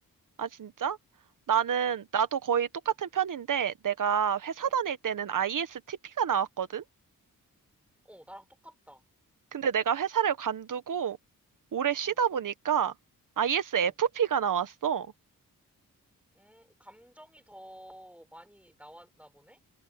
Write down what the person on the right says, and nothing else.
아, 진짜? 나는,
나도 거의 똑같은 편인데, 내가 회사
다닐 때는 ISTP가 나왔거든?
근데 내가 회사를 관두고 오래 쉬다
보니까 ISFP가
나왔어.